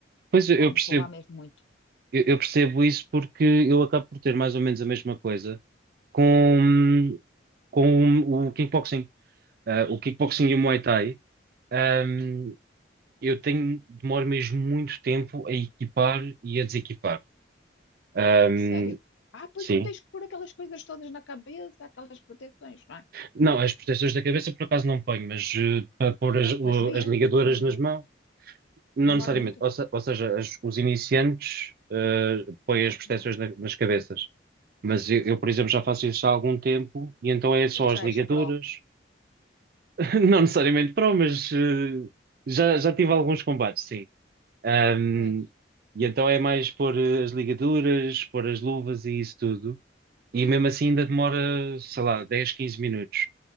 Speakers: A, on the right; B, on the left.
A: Pois eu
B: Está-me
A: percebo
B: a roubar mesmo muito.
A: Eu, eu percebo isso porque eu acabo por ter mais ou menos a mesma coisa com, com o kickboxing. Ah, o kickboxing e o Muay Thai, ahm, eu tenho, demoro mesmo muito tempo a equipar e a desequipar. Ahm,
B: Sério? Ah, pois
A: sim.
B: tu tens que pôr aquelas coisas todas na cabeça, aquelas proteções, não é?
A: Não, as proteções da cabeça por acaso não ponho, mas eh, para pôr
B: Ah,
A: as,
B: Não,
A: o-
B: mas devias,
A: as ligadoras
B: não devias.
A: nas mãos, Não
B: Demora
A: necessariamente.
B: muito.
A: Ou, se- ou seja, as- os iniciantes uh, põem
B: Ah,
A: as proteções na- nas cabeças. Mas eu, eu, por exemplo, já faço isso há algum tempo e então é só
B: pois
A: as
B: já
A: ligaduras.
B: és pró.
A: <laughs> Não necessariamente pró, mas uh, já, já tive alguns combates, sim. Um,
B: Pois.
A: e então é mais pôr uh, as ligaduras, pôr as luvas e isso tudo. E mesmo assim ainda demora, sei lá, 10, 15 minutos